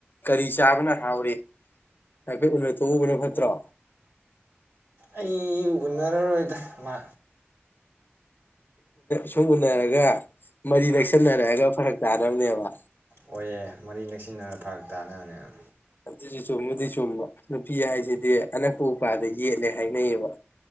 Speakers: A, on the left; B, on the right.
A: ꯀꯔꯤ ꯆꯥꯕꯅ ꯍꯥꯎꯔꯤ ꯍꯥꯏꯐꯦꯠ ꯎꯅ ꯇꯣꯛꯎꯕꯅ ꯐꯠꯇ꯭ꯔꯣ
B: ꯑꯩ ꯎꯟꯅꯔꯔꯣꯏꯗ ꯃꯥ
A: ꯁꯨꯝ ꯎꯅꯔꯒ ꯃꯔꯤ ꯅꯛꯁꯟꯅꯔꯛꯑꯒ ꯐꯔꯛ ꯇꯥꯅꯕꯅꯦꯕ
B: ꯑꯣꯏꯌꯦ ꯃꯔꯤ ꯅꯛꯁꯤꯟꯅꯔꯒ ꯐꯔꯛ ꯇꯥꯅꯕꯅꯦꯕ
A: ꯑꯗꯨꯁꯨ ꯆꯨꯝꯕꯨꯗꯤ ꯆꯨꯝꯕ ꯅꯨꯄꯤ ꯍꯥꯏꯁꯤꯗꯤ ꯑꯅꯛꯄ ꯎꯄꯥꯜꯗ ꯌꯦꯠꯂꯦ ꯍꯥꯏꯅꯩꯌꯦꯕ